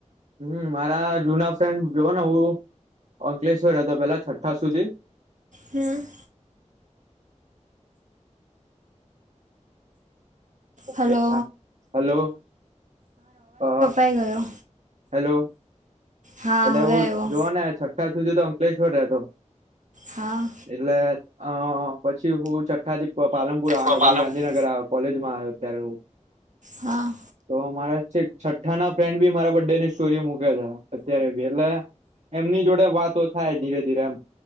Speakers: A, on the right; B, on the right.
A: હમ મારા જુના ફ્રેન્ડ જો ને હું અંકલેશ્વર હતો પેલા છઠ્ઠા સુધી-
B: હું.
A: ઓકે
B: હલો
A: હા હલો અ.
B: કે ગયો.
A: હેલો.
B: હા
A: એટલે
B: હવે
A: હું
B: આવ્યો
A: જોવ ને છઠ્ઠા સુધી તો અંકલેશ્વર રેતો.
B: હા.
A: એટલે અ પછી હું છઠ્ઠા થી પ પાલનપુર આવે
B: હા
A: ને પછી ગાંધીનગર આવ. કોલેજમાં આયો અત્યારે હું.
B: હા.
A: તો મારા છેઠ છઠ્ઠા ના ફ્રેન્ડ ભી મારા બર્થ ડે ની સ્ટોરી મુકે છે. અત્યારે ભી એટલે એમની જોડે વાતો થાય ધીરે ધીરે એમ.